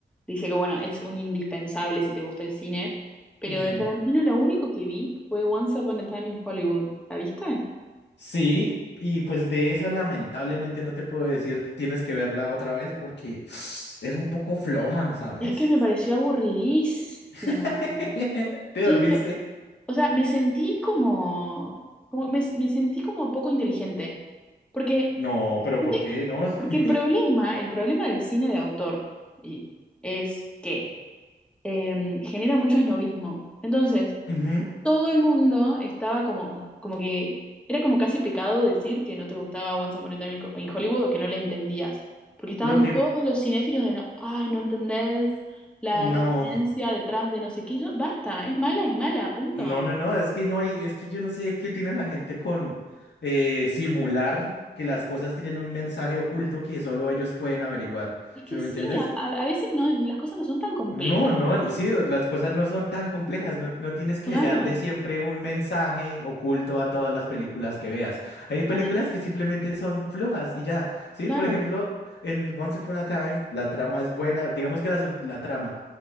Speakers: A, in the centre; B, on the left.
A: dice que, bueno, es un indispensable si te gusta el cine, pero
B: Ujú.
A: de Tarantino lo único que vi fue Once Upon a Time in Hollywood. ¿La viste?
B: Sí, y pues de esa lamentablemente no te puedo decir, tienes que verla otra vez porque <sniffs> es un poco floja, ¿sabes?
A: Es que me pareció aburridísima.
B: <laughs> ¿Te
A: Yo
B: dormiste?
A: dije, o sea, me sentí como, como- me, me sentí como poco inteligente. Porque,
B: No, pero
A: ¿viste?
B: ¿por qué? No. <laughs>
A: Porque el problema, el problema del cine de autor y- es que eh, genera mucho esnovismo. Entonces,
B: Ujú.
A: todo el mundo estaba como, como que era como casi pecado decir que no te gustaba Once Upon a Time in Hollywood o que no le entendías, porque estaban
B: Lo que.
A: todos los cinéfilos de no, ay, no entendés la
B: No.
A: referencia detrás de no sé qué, Yo, basta, es mala, es mala, punto.
B: No, no, no, es que no hay, es que yo no sé qué tiene la gente con eh, simular que las cosas tienen un mensaje oculto que solo ellos pueden averiguar.
A: Es
B: ¿Sí
A: que
B: me
A: sí,
B: entiendes?
A: a, a- a veces no, las cosas no son tan complejas
B: No, no,
A: a veces.
B: sí, las cosas no son tan complejas, no, no tienes que
A: Claro,
B: hallarle siempre un mensaje oculto a todas las películas que veas. Hay películas
A: adem-
B: que simplemente son flojas y ya, ¿sí?
A: claro,
B: Por ejemplo, en Once Upon a Time la trama es buena, digamos que la, su- la trama.